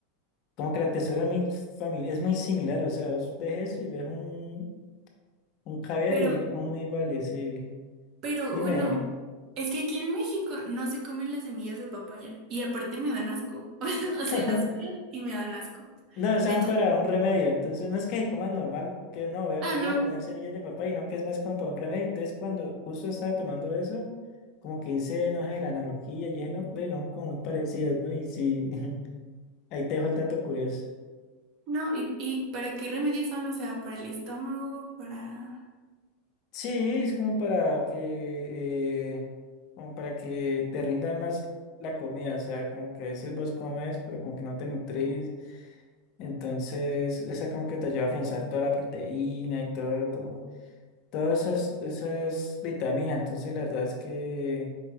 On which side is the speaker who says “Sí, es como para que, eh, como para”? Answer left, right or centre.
Left